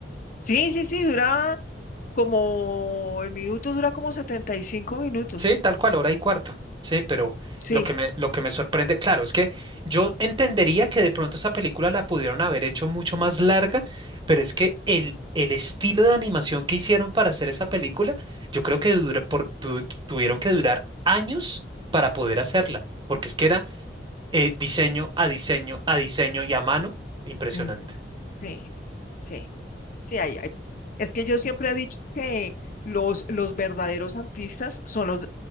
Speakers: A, on the left (about 50°); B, on the right (about 30°).
A: sí, sí, sí, dura Como el minuto dura como 75 minutos.
B: Sí, tal cual, hora y cuarto. Sí, pero
A: Sí.
B: lo que me, lo que me sorprende, claro, es que yo entendería que de pronto esa película la pudieron haber hecho mucho más larga, pero es que el, el estilo de animación que hicieron para hacer esa película, yo creo que dura- por- tu- tuvieron que durar años para poder hacerla, porque es que era eh, diseño a diseño a diseño y a mano, impresionante.
A: mm, sí, sí, sí, hay, hay. Es que yo siempre he dicho que los, los verdaderos artistas son los,